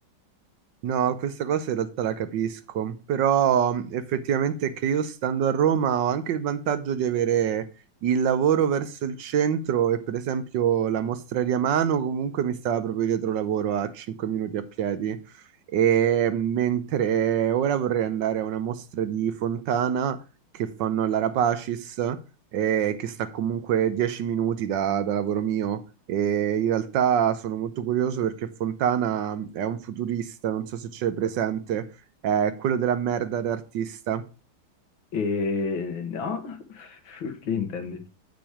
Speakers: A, on the right; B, on the left.
A: No, questa cosa in realtà la capisco, però mh, effettivamente è che io stando a Roma ho anche il vantaggio di avere il lavoro verso il centro e per esempio la mostra di Amano comunque mi stava proprio dietro lavoro a 5 minuti a piedi, e mhmm, mentre ora vorrei andare a una mostra di Fontana che fanno alla Rapacis eh, che sta comunque 10 minuti da, da lavoro mio. E in realtà sono molto curioso perché Fontana è un futurista, non so se c'è presente, è quello della merda d'artista.
B: E no? <laughs> Che intendi?